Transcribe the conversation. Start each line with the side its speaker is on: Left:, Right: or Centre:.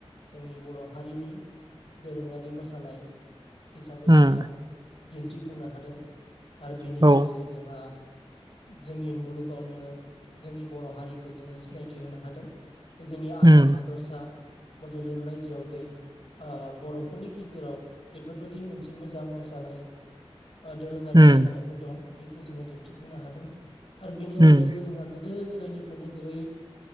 Left: जोंनि बर' हारिनि दोरोङारि मोसानाय हिसाबै
Right: उम
Left: जोंहा दिन्थिफुंनो हादों आरो बेनि
Right: औ
Left: गेजेरजों जोंहा जोंनि मुलुगावनो जोंनि बर' हारिखौ जोङो सिनायथि होनो हादों जोंनि आसाम
Right: उम
Left: हादरसा बड'लेण्ड रायजोआव दे बर'फोरनि गेजेराव बेफोरबायदि मोनसे मोजां मोसानाय <inaudible> दोरोङारि
Right: उम
Left: मोसानायफोर दं बेखौ जोङो दिन्थिफुंनो हादों आरो बेनि
Right: उम
Left: अनगायैबो जोंहा गोदो गोदोनिफ्रायनो जेरै